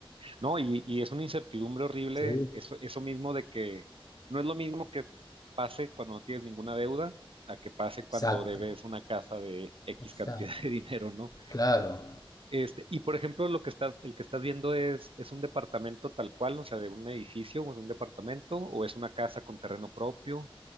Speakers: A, on the right (about 70°); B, on the left (about 40°).
A: No, y, y es una incertidumbre horrible,
B: Sí,
A: eso, eso mismo de que no es lo mismo que pase cuando no tienes ninguna deuda a que pase
B: exacto,
A: cuando debes una casa de X
B: exacto,
A: cantidad de <laughs> dinero, ¿no?
B: claro.
A: Este, y por ejemplo, lo que estás, el que estás viendo es, es un departamento tal cual, o sea, de un edificio o es un departamento o es una casa con terreno propio.